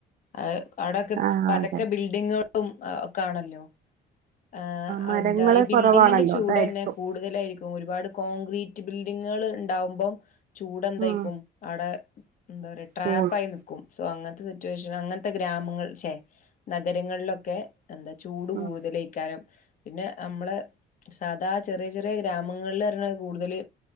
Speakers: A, on the left (about 50°); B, on the right (about 55°).
A: അത്‌ അവിടെൊക്കെ
B: ആഹ്
A: പരക്കെ
B: അതെ
A: ബിൽഡിങ്ങുകളും ഒക്കെ ആണല്ലോ ആഹ്
B: മരങ്ങള്
A: എന്താ ഈ ബിൽഡിങ്ങിന്റെ
B: കുറവാണല്ലോ
A: ചൂട്ന്നെ
B: അതായിരിക്കും
A: കൂടുതലായിരിക്കും ഒരുപാട് കോൺക്രീറ്റ് ബിൽഡിങ്ങുകൾ ഉണ്ടാവുമ്പോം ചൂട് എന്തായിക്കും
B: ഉം
A: അവിടെ എന്താ പറയാ ട്രാപ്പായി
B: കൂടും
A: നി ക്കും സോ അങ്ങനത്തെ സിറ്റുവേഷൻ അങ്ങനത്തെ ഗ്രാമങ്ങൾ ക്ഷെ നഗരങ്ങളിലൊക്കെ എന്താ ചൂട്
B: ഉം
A: കൂടുതലായി കാരം, പിന്നെ നമ്മള സാദാ ചെറിയ ചെറിയ ഗ്രാമങ്ങളിൽ പറഞ്ഞ കൂടുതല്